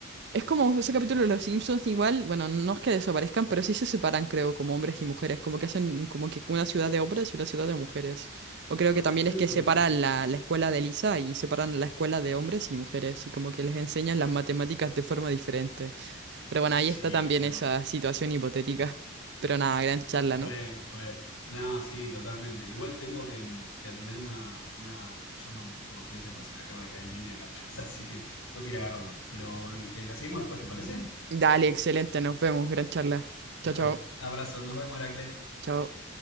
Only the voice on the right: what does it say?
es como ese capítulo de Los Simpsons, igual, bueno, no es que desaparezcan, pero sí se separan, creo, como hombres y mujeres, como que hacen como que una ciudad de hombres y una ciudad de mujeres. O creo
que también
es que
separan
la, la escuela de Lisa y separan la escuela de hombres y mujeres, y como que les enseñan las matemáticas de forma diferente. Pero bueno, ahí
está también
esa situación hipotética. Pero nada, gran charla,
¿no?
Dale, excelente, nos vemos, gran charla.
Chao, chao,
chao.